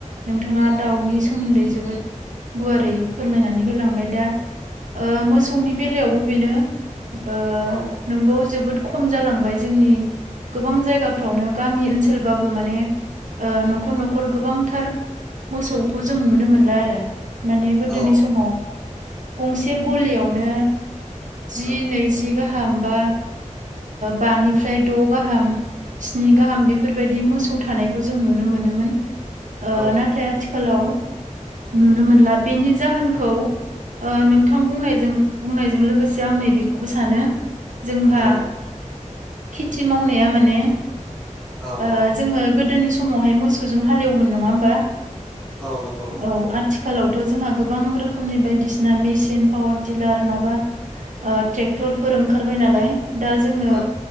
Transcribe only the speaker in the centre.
औ
औ
औ
औ
औ
औ
औ
औ नंगौ नं
औ